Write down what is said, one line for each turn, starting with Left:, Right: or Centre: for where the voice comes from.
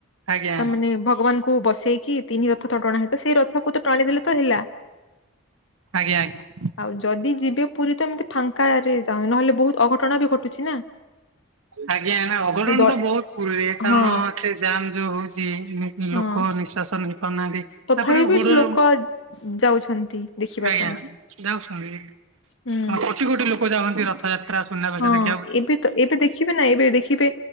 Right: ଆଜ୍ଞା
Left: ତାମାନେ ଭଗବାନ କୁ ବସେଇକି ତିନି ରଥ ତ ଟଣା ହେତେ ସେ ରଥକୁ ତ ଟାଣିଦେଲେ ତ ହେଲା।
Right: ଆଜ୍ଞା ଆଜ୍ଞା
Left: ଆଉ ଯଦି ଯିବେ ପୁରୀ ତ ଏମିତି ଫାଙ୍କାରେ ଯାଅ ନହେଲେ ବହୁତ ଅଘଟଣ ବି ଘଟୁଛି ନା।
Right: ଆଜ୍ଞା ଏ ନାଁ ଅଘଟଣ
Left: ଦ
Right: ତ ବହୁତ ପୁରୀରେ କାରଣ
Left: ହଁ
Right: ଏତେ ଜାମ ଯୋ ହଉଚି ଲୋକ
Left: ହଁ
Right: ନିଶ୍ଵାସ ନେଇ ପାରୁନାହାଁନ୍ତି।
Left: ତଥାପି
Right: ତାପରେ
Left: ବି
Right: ଗୋଡର!
Left: ସେ ଲୋକ ଯାଉଛନ୍ତି ଦେଖିବା
Right: ଆଜ୍ଞା,
Left: ପାଇଁ
Right: ଯାଉଛନ୍ତି?
Left: ହୁଁ
Right: ହଁ କୋଟି କୋଟି ଲୋକ ଯାଉହନ୍ତି ରଥଯାତ୍ରା ସୁନାବେଶ
Left: ହଁ
Right: ଦେଖି।
Left: ଏବେ ତ ଏବେ ଦେଖିବେ ନାଁ ଏବେ ଦେଖିବେ